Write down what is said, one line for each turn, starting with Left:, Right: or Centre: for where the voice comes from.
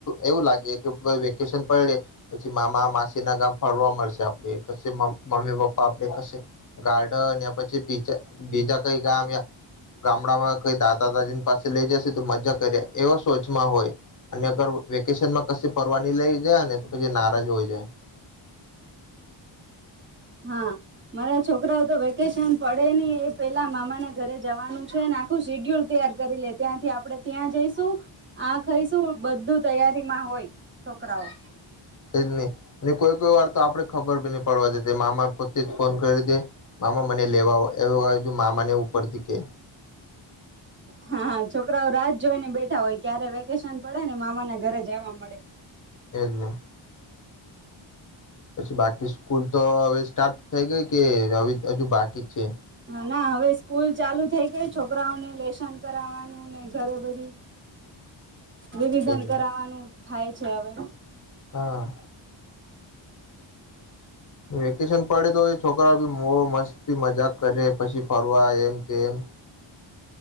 Left: એવું લાગે કે વેકેશન પડે પછી મામા માસી ના ગામ ફરવા મળશે આપડે ક મમ્મી પપ્પા આપે કશીક ગાર્ડન યા પછી બીજા કઈ ગામયા ગામડામાં કઈ દાદા દાદીની પાસે લઈ જશે તો મજા કરી એ એવા સોચમાં હોય અને અગર વેકેશનમાં કસીક ફરવાની લઈ જાય ને તો પછી નારાજ હોય જાય
Right: હા મારા છોકરાઓ તો વેકેશન પડે નહી એ પેલા મામાના ઘરે જવાનું છે આખું શેડ્યુલ તૈયાર કરી લે ત્યાંથી આપડણે ત્યાં જઈશું આ ખાઈશું બધું તૈયારીમાં હોય છોકરાઓ
Left: એજ ને કોઈ કોઈ વાર તો આપડે ખબર પડવા દેતી મામા પોતે જ ફોન કરી દે મામા મને લેવા આવો એવ હોય જો મામાને ઉપરથી કે
Right: હા હા છોકરાઓ રાહ જોઈ ને બેઠા હોય ક્યારે વેકેશન પડે ને મામાને ઘરે જવા મળે
Left: એજ ને પછી બાકી સ્કૂલ તો હવે સ્ટાર્ટ થઈ ગઈ કે હજુ બાકી જ છે
Right: હા ના હવે સ્કૂલ ચાલુ થઈ ગઈ છોકરાઓને લેશન કરાવવાનું ને ઘરે બધી રિવિઝન
Left: એજ ને.
Right: કરવાનું થાય જવે
Left: હા વેકેશન પડે તો હોય છોકરા બી બહ મસ્તતી મજાક કરે પછી ફરવા એમ તેમ